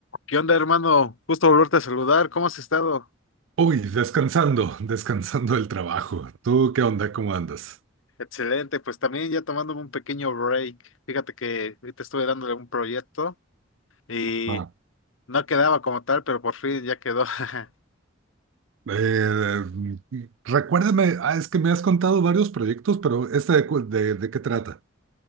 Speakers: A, on the left; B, on the right.
A: ¿Qué onda, hermano? Gusto volverte a saludar. ¿Cómo has estado?
B: Uy, descansando, <laughs> descansando del trabajo. ¿Tú qué onda? ¿Cómo andas?
A: Excelente, pues también ya tomándome un pequeño break. Fíjate que ahorita estuve dándole un proyecto y
B: Ah,
A: no quedaba como tal, pero por fin ya quedó. <laughs>
B: Eh, recuérdame, ah, es que me has contado varios proyectos, pero ¿este de, cu- de- de qué trata?